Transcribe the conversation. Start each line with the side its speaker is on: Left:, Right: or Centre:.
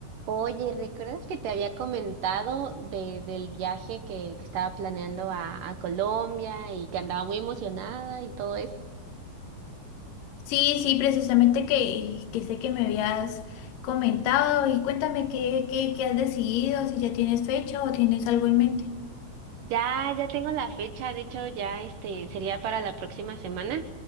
Right: Oye, ¿recuerdas que te había comentado de, del viaje que, que estaba planeando a, a Colombia y que andaba muy emocionada y todo
Left: Sí, sí, precisamente que, que sé que me habías comentado y cuéntame qué, qué, qué has decidido, si ya tienes fecha o tienes algo en mente.
Right: Ya, ya tengo la fecha, de hecho ya este sería para la próxima semana,